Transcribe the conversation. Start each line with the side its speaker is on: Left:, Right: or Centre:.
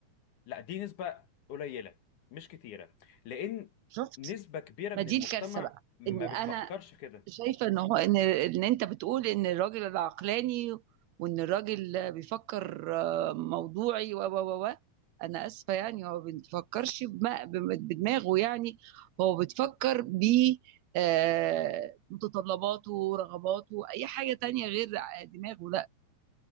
Left: لا دي نسبة قليلة مش كتيرة لأن
Right: شفت
Left: نسبة كبيرة
Right: ما
Left: من
Right: دي
Left: المجتمع
Right: الكارثه بقى
Left: ما
Right: ان
Left: بتفكرش
Right: انا
Left: كده
Right: شايفة ان هو ان ان انت بتقول ان الراجل العقلاني وان الراجل بيفكر آه، موضوعي و و و و. انا اسفة يعني هو ما بيفكرش بم- بم- بدماغه يعني هو بتفكر ب آه، متطلباته ورغباته اي حاجة تانية غير دماغه لا